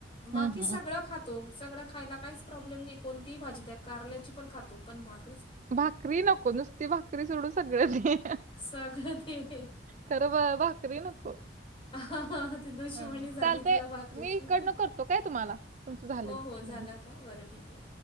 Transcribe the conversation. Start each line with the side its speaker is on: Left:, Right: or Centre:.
Left: बाकी
Right: हं हं
Left: सगळं खात तो. सगळं खायला काहीच प्रॉब्लेम नाही. कोणतीही भाजी द्या. कारल्याची पण खातो. पण भाक
Right: भाकरी नको. नुसती भाकरी सोडू सगळ्या
Left: सगळं ते
Right: खरं ब भाकरी नको.
Left: ह. ह. ह. ती दुशमणी
Right: हा
Left: झाली
Right: चालतंय
Left: त्याला भाकरीची.
Right: मी इकडनं करतो काय तुम्हाला तुमचं झालं
Left: हो हो झाला का? बरं ठीके.